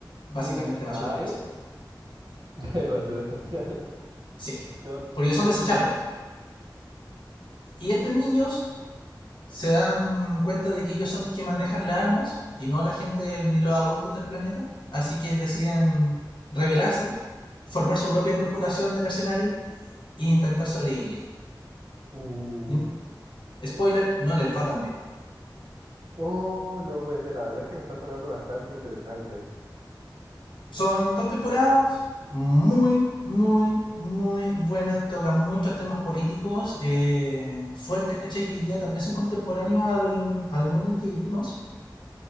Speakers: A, on the left (about 85°); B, on the right (about 65°).
A: Básicamente
B: Ok.
A: basura
B: <laughs>
A: espacial.
B: De basura espacial.
A: Sí,
B: God
A: porque
B: Gundam.
A: son desechables. Y estos niños se dan cuenta de que ellos son los que manejan las armas y no la gente ni los adultos del planeta. Así que deciden rebelarse, formar su propia corporación de mercenarios e intentar sobrevivir.
B: Uh.
A: Y, spoiler, no les va tan bien.
B: Oh, no puede ser. La verdad es que me está sonando bastante interesante.
A: Son dos temporadas muy, muy, muy buenas. Tocan muchos temas políticos eh, fuertes, ¿cachai? Que hoy día también son contemporáneos al, al mundo en que vivimos.